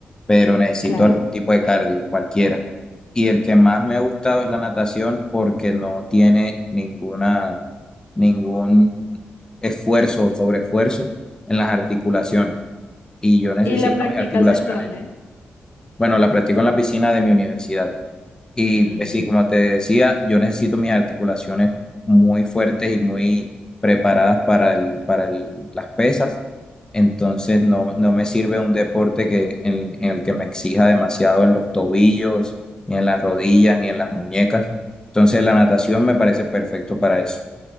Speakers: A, on the left; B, on the left.
A: pero necesito
B: claro.
A: algún tipo de cardio, cualquiera. Y el que más me ha gustado es la natación porque no tiene ninguna, ningún esfuerzo o sobreesfuerzo en las articulaciones. Y yo necesito
B: ¿Y la practicas
A: mis articulaciones.
B: en dónde?
A: Bueno, la practico en la piscina de mi universidad. Y
B: Mm,
A: pues sí, como te decía, yo necesito mis articulaciones muy fuertes y muy preparadas para el, para el- las pesas. Entonces no, no me sirve un deporte que, en, en el que me exija demasiado en los tobillos, ni en las rodillas, ni en las muñecas. Entonces la natación me parece perfecto para eso.